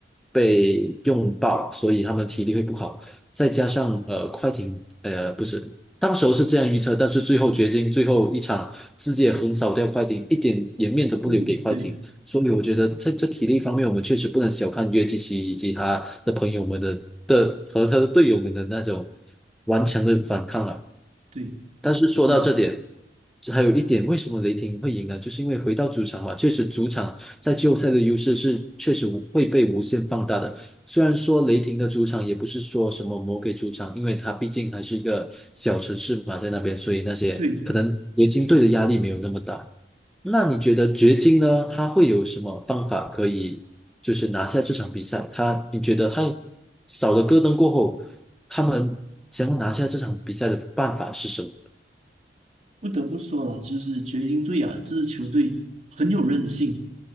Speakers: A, in the centre; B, on the right (about 40°).
A: 被用爆，所以他们体力会不好。再加上呃，快艇呃不是，当时候是这样预测，但是最后掘金最后一场直接横扫掉快艇，一点颜面都不留给快艇。
B: 嗯，对，
A: 所以我觉得在这体力方面，我们确实不能小看约基奇以及他的朋友们的的和他的队友们的那种顽强的反抗啊。
B: 对，
A: 但是说到这点，
B: 我
A: 还有一点，为什么雷霆会赢呢？就是因为回到主场嘛，确实主场在季后赛的优势是确实无会被无限放大的。虽然说雷霆的主场也不是说什么魔鬼主场，因为它毕竟还是一个小城市嘛，在那边，所以那些可能掘金队的压力没有那么大。
B: 对
A: 那你觉得掘金呢？他会有什么方法可以就是拿下这场比赛？他你觉得他少了戈登过后，他们想要拿下这场比赛的办法是什么？
B: 不得不说了，就是掘金队啊，这支球队很有韧性。